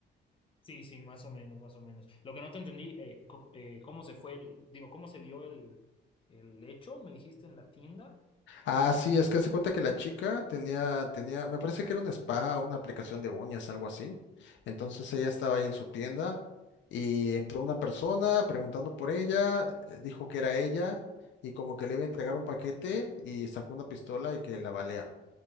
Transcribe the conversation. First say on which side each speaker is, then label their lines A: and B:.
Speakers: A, on the left; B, on the left.
A: Sí, sí, más o menos, más o menos. Lo que no te entendí, eh, co- eh, cómo se fue el, digo, cómo se dio el, el hecho, me dijiste en la tienda.
B: Ah, sí, es que se cuenta que la chica tenía, tenía, me parece que era un spa, una aplicación de uñas, algo así. Entonces ella estaba ahí en su tienda y entró una persona preguntando por ella, eh, dijo que era ella y como que le iba a entregar un paquete y sacó una pistola y que la balea.